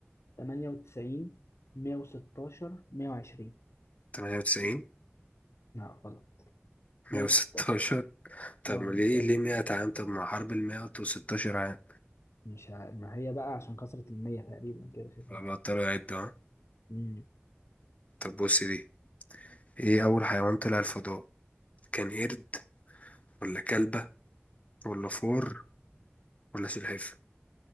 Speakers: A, on the left; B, on the left.
A: 98 116 120
B: 98
A: لا غلط
B: 116
A: 116
B: طب
A: آه
B: ليه
A: طيب.
B: ليه 100 عام طب ما حرب ال 116 عام
A: مش ع... ما هي بقى عشان كثرة المية تقريبا كده شكلها
B: فبطلوا يعدوا ها؟
A: امم
B: طب بص دي ايه أول حيوان طلع الفضاء كان قرد ولا كلبة ولا فور ولا سلحفاة